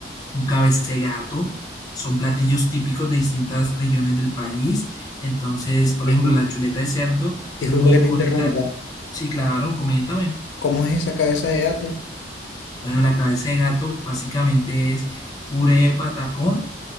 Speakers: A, on the left; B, on the left.
A: un cabeza de gato. Son platillos típicos de distintas regiones del país. Entonces, por
B: discul-
A: ejemplo, la chuleta de cerdo es
B: disculpa
A: muy
B: que
A: icónica.
B: te interrumpa.
A: Sí, claro, coméntame.
B: ¿Cómo es esa cabeza de gato?
A: Bueno, la cabeza de gato básicamente es puré de patacón